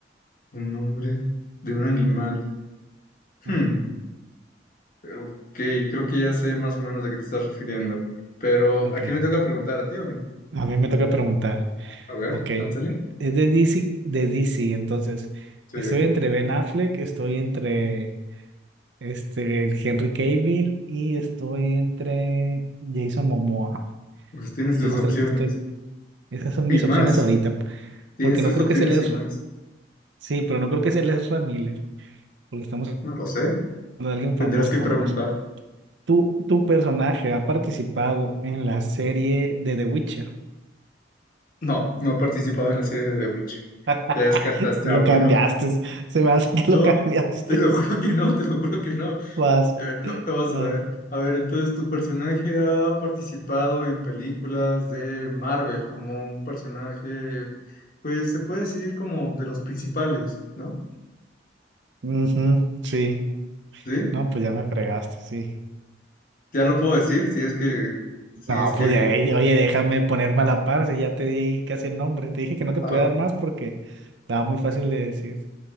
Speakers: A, on the left; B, on the right.
A: Un nombre de un animal. Hmm,
B: ajá,
A: ok, creo que ya sé más o menos a qué te estás refiriendo. Pero,
B: ok.
A: ¿a quién le toca preguntar? ¿A ti o a mí?
B: A mí me toca preguntar.
A: A ver,
B: Ok,
A: ánsale.
B: es de DC, de DC, entonces
A: Sí,
B: estoy entre Ben Affleck, estoy entre este Henry Cavill y estoy entre Jason Momoa.
A: pues tienes tres
B: Son los
A: opciones.
B: tres que estoy, esas son
A: Y
B: mis
A: más.
B: opciones ahorita,
A: Tienes
B: porque
A: tres
B: no creo
A: opciones
B: que sea les,
A: y más.
B: sí, pero no creo que sea les Miller, porque estamos
A: No lo sé.
B: hablando de alguien
A: Tendrás
B: famoso,
A: que
B: famoso.
A: preguntar.
B: ¿Tu, tu personaje ha participado en la serie de The Witcher?
A: No, no he participado en la serie de The Witcher.
B: <laughs>
A: Ya descartaste
B: Lo
A: a uno.
B: cambiaste, se me hace que
A: No,
B: lo <laughs> cambiaste.
A: te lo <laughs> juro que no, te lo juro que no.
B: Vas,
A: Te- No, no vas
B: vas.
A: a ver. A ver, entonces, ¿tu personaje ha participado en películas de Marvel como un personaje, pues se puede decir como de los principales, ¿no?
B: Ujú, sí,
A: ¿Sí?
B: no, pues ya me fregaste, sí.
A: Ya lo puedo decir, si es que, si
B: No,
A: es que,
B: pues ya, eh, oye, déjame ponerme a la par, si ya te di ahí casi el nombre. Te dije que no te podía
A: a
B: dar más porque estaba muy fácil de decir.